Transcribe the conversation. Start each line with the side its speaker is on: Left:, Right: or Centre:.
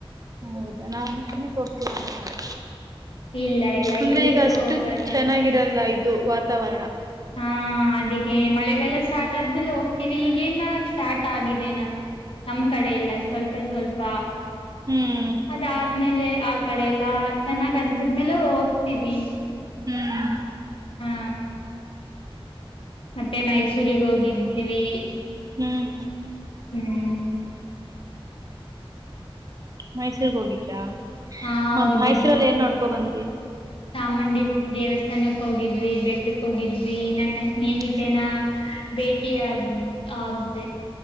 Right: ಹೌದಾ ನಾನು ಸುಮಿಗ್ ಹೋಗ್ತೀರ ಅನ್ಕೊಂಡೆ
Left: ಇಲ್ಲ ಇಲ್ಲ
Right: ಅಂದ್ರೆ
Left: ಈಗೆಲ್ಲ
Right: ಈಗ ಅಷ್ಟು
Left: ಹೋಗಲ್ಲ.
Right: ಚೆನ್ನಾಗಿರಲ್ಲ ಇದು ವಾತಾವರಣ
Left: ಹಾ ಅದಿಗೆ ಮಳೆಗಲ್ಲ ಸ್ಟಾರ್ಟ್ ಆದ್ಮೇಲೆ ಹೋಗ ವಿ ಈಗೇಲ್ಲ ಸ್ಟಾರ್ಟ್ ಆಗಿದೆ ನಮ್ ನಮ ಕಡೆ ಎಲ್ಲ ಸ್ವಲ್ಪ ಸ್ವಲ್ಪ
Right: ಹ್ಮ್
Left: ಅದಾದ್ಮೇಲೆ ಆ ಕಡೆ ಎಲ್ಲಾ ಚೆನ್ನಾಗ್ ಅನ್ಸದ್ಮೇಲೆ ಹೋಗ್ತೀವಿ
Right: ಹ್ಮ್
Left: ಹ ಮತ್ತೆ
Right: ಹ್ಮ್
Left: ಮೈಸೂಗ್
Right: ಹ್ಮ್
Left: ಹೋಗಿದ್ದೀವಿ
Right: ಹ್ಮ್
Left: ಹ್ಮ್
Right: ಮೈಸೂರ್ಗ್ ಹೋಗಿದ್ರಾ
Left: ಹಾ
Right: ಮ
Left: ಹೋಗಿದ್ವಿ
Right: ಮೈಸೂರಲ್ಲಿ ಏನ್ ನೋಡ್ಕೊ ಬಂತಿ
Left: ಚಾಮುಂಡಿ ದೇವಸ್ಥಾನಕ್ ಹೋಗಿದ್ವಿ ಬೆಟ್ಟಕ್ ಹೋಗಿದ್ವಿ ನನ್ನ ಸ್ನೇಹಿತೆನ
Right: ಹ್ಮ್
Left: ಭೇಟಿ ಆಗ್ದ